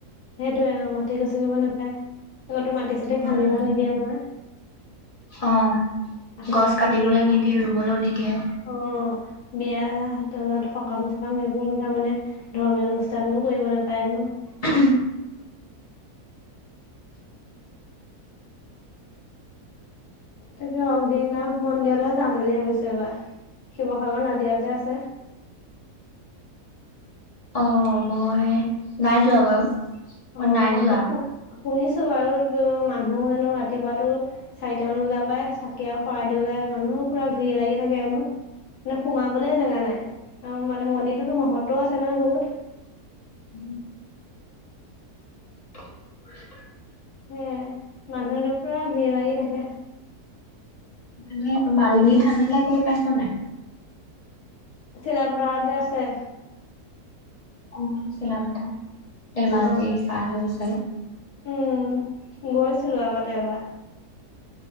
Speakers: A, on the left (about 70°); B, on the left (about 30°).
A: সেইটোৱে। মাটি গছকিব নাপায় আকৌ তোৰ মাটি চাটি
B: উম।
A: খান্দিবও নিদিয়ে নহয়।
B: অ',
A: আকৌ
B: গছ
A: তোৰ
B: কাটিবলৈ
A: বিয়া অ'।
B: নিদিয়ে ৰুবলৈও নিদিয়ে।
A: বিয়া তাৰপিছত সকাম চকাম সেইবোৰ এনেকা মানে ধৰ্মীয় অনুষ্ঠান বোৰ কৰিব নাপায় হেনো।
B: উম।
A: তাকে অগ্নিনাভ মন্দিৰলৈহে যাম বুলি ভাবিছো এইবাৰ। শিৱসাগৰ নাজিৰাত যে আছে।
B: অ', মই নাই যোৱা বাৰু। মই
A: অ', <unintelligible>
B: নাই যোৱা।
A: শুনিছোঁ বাৰু মানুহ হেনো ৰাতিপুৱাতো চাৰিটামান বজাৰ পৰা চাকি আৰু শৰাই দিব লে মানুহো পুৰা ভিৰ লাগি থাকে হেনো। মানে সোমাবলে জেগা নাই আৰু মানে মন্দিৰটোতো মহত্ব আছে নহয় বহুত।
B: উ <unintelligible>
A: হে মানুহ একদম পুৰা ভিৰ লাগি থাকে।
B: মানে মালিনী থানলৈ গৈ পাইছ নাই?
A: চিলা পথাৰত যে আছে?
B: অ', চিলাপথাৰ, ধেমাজিৰ
A: অ
B: পাৰ হৈ চাগে।
A: উম গৈছিলো আগতে এবাৰ।